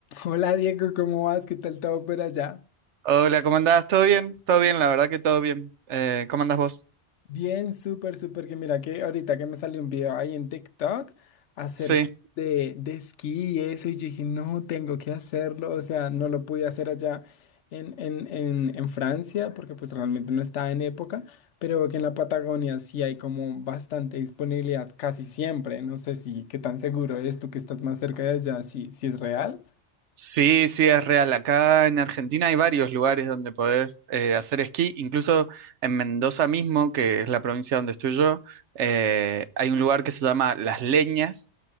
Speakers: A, on the left (about 85°); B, on the right (about 80°).
A: Hola Diego, ¿cómo vas? ¿Qué tal todo por allá?
B: Hola, ¿cómo andás? ¿Todo bien? Todo bien, la verdad que todo bien. Eh, ¿cómo andás vos?
A: Bien, súper, súper. Que mira que ahorita que me salió un video ahí en TikTok acerca
B: Sí,
A: de, de esquí y eso, y yo dije, no, tengo que hacerlo. O sea, no lo pude hacer allá en, en, en, en Francia porque pues realmente no estaba en época, pero que en la Patagonia sí hay como bastante disponibilidad casi siempre. No sé si qué tan seguro es tú que estás más cerca de allá, si, si es real
B: sí, sí, es real. Acá en Argentina hay varios lugares donde podés eh, hacer esquí. Incluso en Mendoza mismo, que es la provincia donde estoy yo, eh, hay un lugar que se llama Las Leñas,